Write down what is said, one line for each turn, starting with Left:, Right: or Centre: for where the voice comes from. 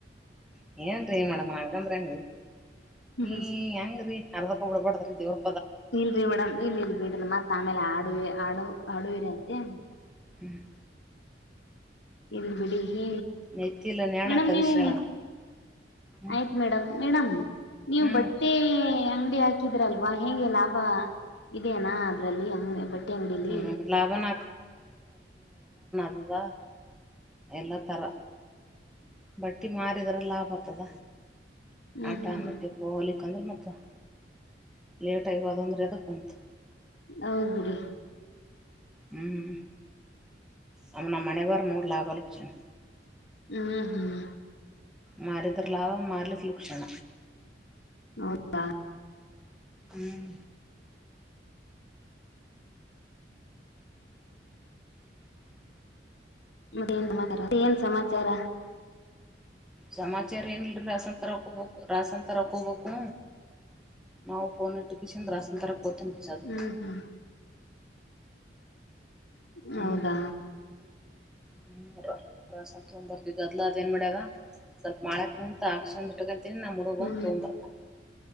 Centre: <unintelligible>
Left: ಹ್ಮ್
Centre: ಈ ಹೆಂಗ್ರೀ ಅರ್ಧಕ ಡಬಾಡ್ದ್ರೀ ದೇವ್ರು
Left: ಇಲ್ರರಿ ಮೇಡಮ್ ಇಲ್ ಇಲ್ ಬಿಡ್ರ ಮತ್ ಆಮೇಲೆ ಆಡುವ ಆಡು ಆಡುವಿರಿ ಅಂತೆ
Centre: ಹ್ಮ್
Left: ಹೇಳಳ್ಬಡಿ ಹ
Centre: ನೆತ್ತಿಲ್ಲ ನೇಣ
Left: ಮೇಡಮ್
Centre: ತಗಸಿಳ
Left: ನೀವು
Centre: ಹ್ಮ್
Left: ಆಯ್ತ್ ಮೇಡಮ್ ಮೇಡಮ್ ನೀವು
Centre: ಹ್ಮ್
Left: ಬಟ್ಟೆ ಅಂಗಡಿ ಹಾಕಿದ್ರ ಅಲ್ವಾ ಹೇಗೆ ಲಾಭ ಇದೇನಾ ಅದ್ರಲ್ಲಿ ಹಂಗ ಬಟ್ಟೆ ಅಂಗಡಲಿ
Centre: ಹ್ಮ್ ಲಾಭನ ಹಗ ಎಲ್ಲ ಥರ ಬಟ್ಟಿ ಮಾರಿದ್ರ ಲಾಭ ಆತದ
Left: ಹ್ಮ್
Centre: ಆಟ
Left: ಹ್ಮ್
Centre: ಮಟ್ಟಿಕ್ಕೆಗ್ಲಿಕ್ಕೆಂದ್ರೆ ಮತ್ತು ಲೇಟಾಗಿದಂದ್ರೆ ಅದಕ್ಕೆ ಹಧ
Left: ಹೌದುಡಿ
Centre: ಹ್ಮ್ ನಮ್ಮ ನ ಮನೆವರು ಮೂರು ಲಾಭಾಲ ಹಚ್ಚಣ
Left: ಹ್ಮ್ ಹ್ಮ್
Centre: ಮಾರದ್ರ ಲಾವ ಮಾರಲಫ್ಲುೂಕ್ಷಣ
Left: ಹೌದಾ
Centre: ಹ್ಮ್ <unintelligible>
Left: ಮತ್ತೆನ್ ಮತ್ತ ಏನ್ ಸಮಾಚಾರ
Centre: ಸಮಾಚಾರ ಏನಲ್ರಿ ರಾಸಾನ್ ತರಕೋಬೇಕು ರಾಸನ್ ತರಕ್ಕೋಬೇಕು ನಾವು ಪೋನ ಇಟ್ಟುಕ ಚಿಂದ್ರಸಂತರ ಕೂತ ನಿಪಿಸದು
Left: ಹ್ಮ್ ಹ್ಮ್ ಹೌದಾ
Centre: ಹ್ಮ್ ಹ್ಮ್ ಸ್ವಲ್ ತಗೊಂಡ್ ಬರ್ತವಿ ಅದ್ಲಾ ಅದೇನ್ ಮಾಡ್ಯಾಗ ಸ್ವಲ್ಪ ಮಾಡಕ್ ಕುಂತ ಅಕ್ಷಟ ಅ ನಮ್ಮ ಹುಡುಗ
Left: ಹ್ಮ್
Centre: ಒಂದು ತಗಂಬ್ ಬರ್ತ